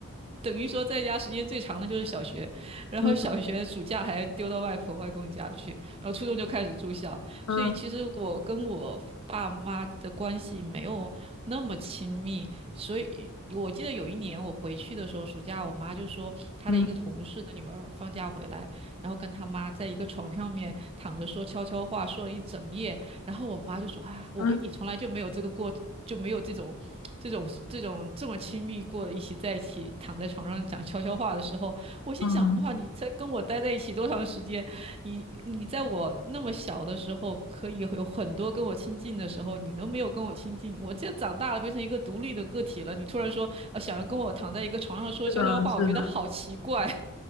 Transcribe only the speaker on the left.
嗯
嗯
嗯
嗯
嗯，
是的，是的。